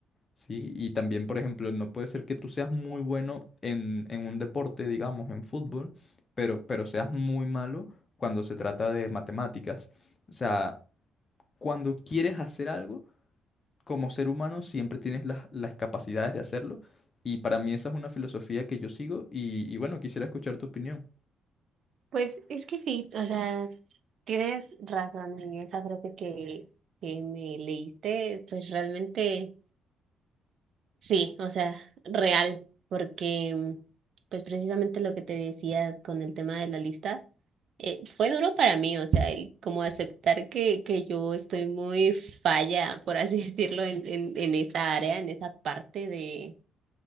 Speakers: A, on the left; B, on the right.
A: ¿sí? Y también, por ejemplo, no puede ser que tú seas muy bueno en, en un deporte, digamos, en fútbol, pero, pero seas muy malo cuando se trata de matemáticas. O sea, cuando quieres hacer algo, como ser humano, siempre tienes las, las capacidades de hacerlo. Y para mí esa es una filosofía que yo sigo y, y bueno, quisiera escuchar tu opinión.
B: Pues es que sí, o sea, tienes razón en esa frase que, que me leíste, pues realmente. Sí, o sea, real, porque pues precisamente lo que te decía con el tema de la lista, eh, fue duro para mí, o sea, el como aceptar que, que yo estoy muy falla, por así <laughs> decirlo, en, en, en esa área, en esa parte de,